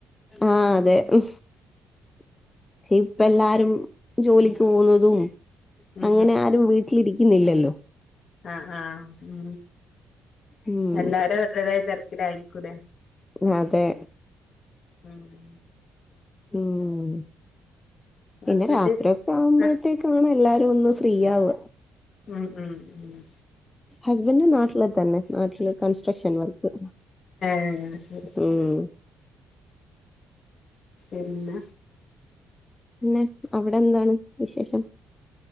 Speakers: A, on the left; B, on the left.
A: ആ അതെചേ ഇപ്പ ല്ലാരും ജോലിക് <inaudible> തോന്യാലും
B: ഉം
A: പ വീട്ടിലിരിക്കുന്നില്ലല്ലോ
B: ആ ആ ഉ
A: ഉം
B: എല്ലാരും അവര് ടേതായ തിരക്കിലായിക്കൂല്ലേ
A: മ്മ് തെ
B: മ്മ്
A: ഉം പിന്നെ
B: ഹസ്ബൻഡ്
A: രാത്രിയ ക്കെ ആവുമ്പോഴത്തേക്കാണല്ലാരും
B: ആഹ്
A: ഒന്ന് ഫ്രീയാവ
B: മ്മ് മ്മ് മ്മ്
A: ഹസ്ബൻഡ് നാട്ടിലതന്നെ നാട്ടില് കൺസ്ട്രക്ഷൻ വർക്ക്
B: എന്നാ ശെരി
A: ഉം
B: എന്ന
A: പിന്നെ അവിടെ ഏന്തുന്ന വിശേഷം